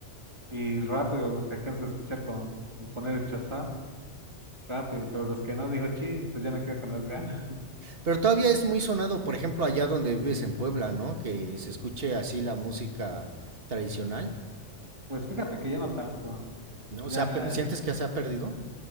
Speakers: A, on the right; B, on the right.
A: y rápido los que alcanzo a escuchar con con poner el Shazam, rápido, pero los que no digo, chin, pues ya me quedo con las <laughs> ganas.
B: Pero todavía es muy sonado, por ejemplo, allá donde vives en Puebla, ¿no? Que se escuche así la música tradicional,
A: Pues fíjate que ya no tanto,
B: ¿no?
A: ya,
B: O sea, pe- ¿sientes que se ha perdido?